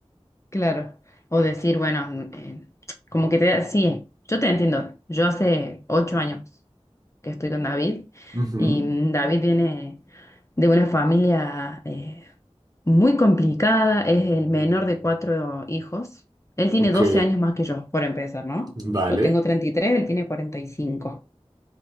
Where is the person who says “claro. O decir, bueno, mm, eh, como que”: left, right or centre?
Left